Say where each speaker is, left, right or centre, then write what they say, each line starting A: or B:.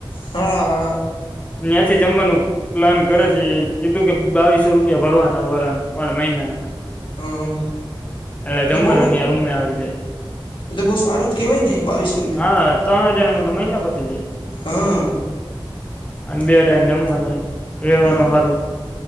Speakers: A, on the left; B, on the left.
A: હા હા
B: ત્યાંથી જમવાનું પ્લાન કરે છે એ કીધું કે બાવીસો રૂપિયા ભરવાના ભર મહિનાના
A: હમ
B: એટલે
A: એલે
B: જમવાનું
A: બહ
B: ત્યાં રૂમે આવી જાય
A: એ તો બહુ સારું જ કેહેવાયને બી
B: હા ચૌણ હજાર મ તો મહિ પતી
A: હા
B: અને બે ટાઈમ જમવાનું રેવાનું
A: હમ
B: હારું